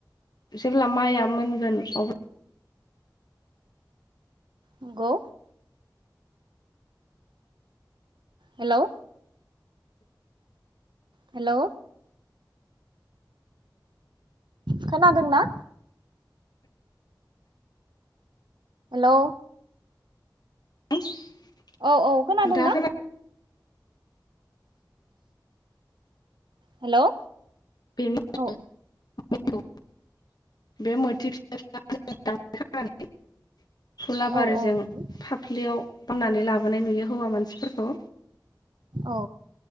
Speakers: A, on the left; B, on the right.
A: जेब्ला माइया मोनगोन अब्ला।
B: नंगौ। हेलौ हेलौ खोनादों ना? हेलौ
A: <unintelligible>
B: औ औ खोनादोंना?
A: नोंथाङा खोना
B: हेलौ
A: बेनो
B: औ
A: <unintelligible> बे मोथि फिसा फिसा <unintelligible> खानानै फुलाबारिजों
B: औ औ नंगौ
A: फाफ्लियाव बांनानै लाबोनाय नुयो हौवा मानसिफोरखौ
B: औ